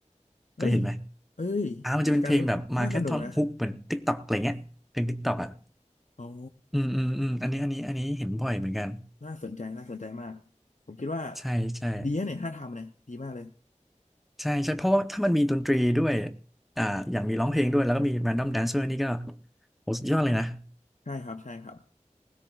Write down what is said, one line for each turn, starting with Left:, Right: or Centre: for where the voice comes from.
Left: เอ้ย
Centre: เคยเห็นไหม
Left: เอ้ยกิจกรรมนี้น่าสนุกนะ
Centre: อ่ามันจะเป็นเพลงแบบมาแค่ท่อนฮุกเหมือน TikTok อกอะไรเงี้ยเพลง t กต็อกอ่ะ
Left: อ๋อ
Centre: อืมอืมอืมอันนี้อันนี้อันนี้เห็นบ่อยเหมือนกัน
Left: น่าสนใจน่าสนใจมากผมคิดว่า
Centre: ใช่ใช่
Left: ดีนะเนี่ยถ้าทำเนี่ยดีมากเลย
Centre: ใช่ใช่เพราะว่าถ้ามันมีดนตรีด้วยอ่าอย่างมีร้องเพลงด้วยแล้วก็มี Random Dance ดอมแดนซ์ด้วยนี่ก็โหสุดยอดเลยนะ
Left: ใช่ครับใช่ครับ